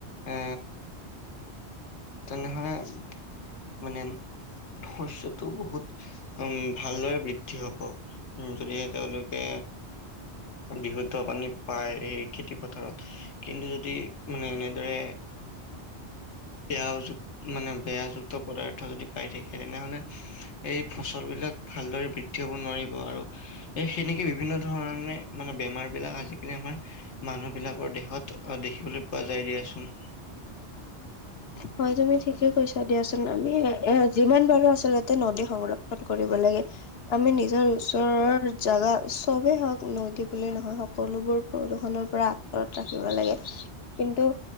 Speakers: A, on the left; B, on the left.
A: এ তেনেহলে, মানে শস্যটো বহুত উ ভালদৰে বৃ- দ্ধি হ'ব যদিহে তেওঁলোকে বিশুদ্ধ পানী পায় সেই খেতি পথাৰত কিন্তু যদি মানে এনে- ৰে বেয়া অযুক মানে বেয়াযুক্ত পদাৰ্থ যদি পাই থাকে তেনেহলে এই ফচলবিলাক ভালদৰে বৃদ্ধি হব নোৱাৰিব আৰু এ সেনেকে বিভিন্ন ধৰণে মানে বেমাৰ বিলাক আজিকালি আমাৰ মানুহবিলাকৰ দেহত দেখিবলৈ পোৱা যায় দিয়াচোন।
B: হয় তুমি ঠিকে কৈছা দিয়াচোন আমি এ যিমান পাৰোঁ আচলতে নদী সংৰক্ষন কৰিব লাগে। আমি নিজৰ ওচৰৰ জেগা চবেই হওঁক নদী বুলি নহয় হওঁক সকলোবোৰ প্ৰদূষণৰ পৰা আঁতৰত ৰাখিব লাগে। কিন্তু